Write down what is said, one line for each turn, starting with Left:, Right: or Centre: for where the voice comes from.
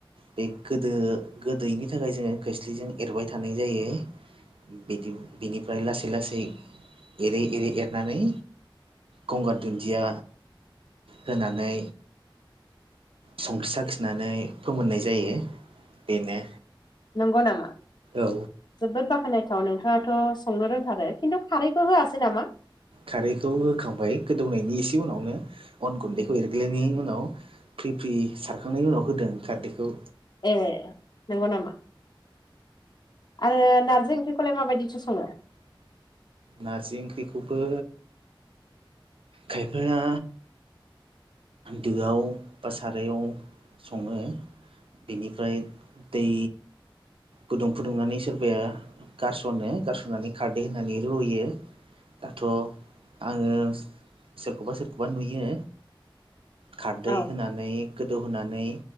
Right: बे गोदो गोदैनि थाखाय जोङो खोस्लिजों एरबाय थानाय जायो। बिदि बिनिफ्राय लासै लासै एरै एरै एरनानै गंगार दुन्दिया होनानै संख्रि साखिनानै फोमोननाय जायो बेनो
Left: नंगौ नामा?
Right: औ
Left: जोबोद बाख्नायथाव नोंथाङाथ' संनो रोंथारो खिन्थु खारैखौ होआसै नामा?
Right: खारैखौ होखांबाय गोदौनायनि इसे उनावनो अन गुन्दैखौ एरग्लायनायनि उनाव फ्रि फ्रि सारखांनायनि उनाव होदों खार्दैखौ
Left: ए नंगौ नामा? आरो नारजि ओंख्रिखौलाय माबायदिसो सङो?
Right: नारजि ओंख्रिखौबो खायफाया दोआव बा सारायाव सङो बेनिफ्राय दै गुदुं फुदुंनानै सोरबाया गारस'नो गारस'ननानै खारदै होननानै रुयो। दाथ' आङो सोरखौबा सोरखौबा नुयो खारदै
Left: औ
Right: होनानै गोदौहोनानै